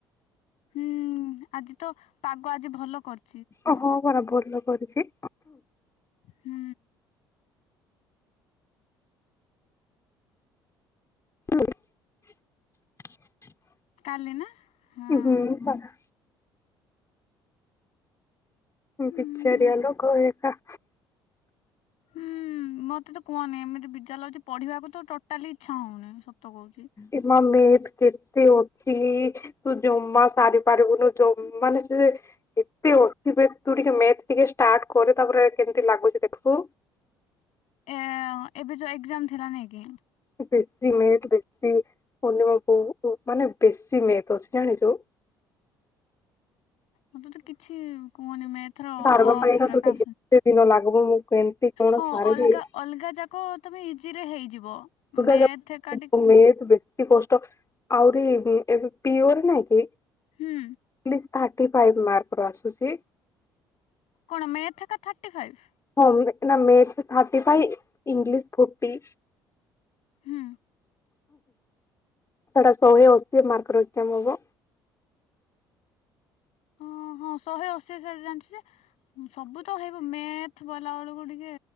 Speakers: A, on the left; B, on the left.
A: ହୁଁ ଆଜି ତ ପାଗ ଆଜି ଭଲ କର୍
B: ଓହୋ ପରା ଭଲ କରିଚି।
A: ହୁଁ।
B: <unintelligible>
A: କାଲି ନା ହଁ।
B: ହୁଁ ପରା
A: ହୁଁ
B: ବିଚାରିଆ ଲ ଘରେଇଟା।
A: ହୁଁ ମତେ ତ କୁହନି ଏମିତି ବିଜାର ଲାଗୁଛି ପଢିବାକୁ ତ ଟାଲି ଇଚ୍ଛା ହୋଉନି ସତ କହୁଛି।
B: ଏ ମମି କେତେ ଅଛି ତୁ ଜମା ସାରିପାରିବୁନୁ ଜମାନେ। ଏତେ ଓଟିଭେଟ୍ ତୁ ଟିକେ ମେଥ୍ ଟିକେ ଷ୍ଟାର୍ଟ କରେ ତାପରେ କେମିତି ଲାଗୁଛି ଦେଖିବୁ।
A: ଏ ଏବେ ଯୋଉ ଏକ୍ଜାମ୍ ଥିଲା ନାଇ କି?
B: ବେସ୍ଥି ମେଥ୍ ବେସ୍ଥି। ପୂର୍ଣ୍ଣିମାକୁ ମାନେ ବେଶୀ ମେ୍ଥ ଅଶିଟା ଆଣିଛୁ।
A: ମତେ କିଛି କୁହନି ମେଥ୍ ରେ ଅ
B: ସାରବା
A: ଅକ୍ଷର
B: ପାଇଁକା ତୋତେ
A: କା
B: କେତେ ଦିନ ଲାଗିବ ମୁଁ? କେମିତି କଣ
A: ହଁ
B: ସାରିବି
A: ଅଲଗା ଅଲଗା ଯାକ ତମେ ଇଜିରେ ହେଇଯିବ।
B: ଦୁର୍ଗା
A: ମେଥ
B: ଯା
A: ଏକା ଟିକେ
B: ମେଥ୍ ବେଶୀ କଷ୍ଟ ଆହୁରି ଏବେ ପିଓରେ ନାଇଁ କି?
A: ହୁଁ।
B: ଖାଲି ଥାର୍ଟି ଫାଇଭ୍ ମାର୍କ ର ଆସୁଛି।
A: କଣ ମେଥ୍ ଟା ଥାର୍ଟି ଫାଇଭ୍?
B: ହଁ ନା math thirty five English forty.
A: ହୁଁ।
B: ସେଟା ଶହେ ଅଶି ମାର୍କକ୍ରାମ୍ ହବ।
A: ଓ ହଁ ଶହେ ଅଶି ସଡ ଜାଣିଛି ଯେ ସବୁ ତ ହେଇବ ମେଥ ବଲାବେଳକୁ ଟିକେ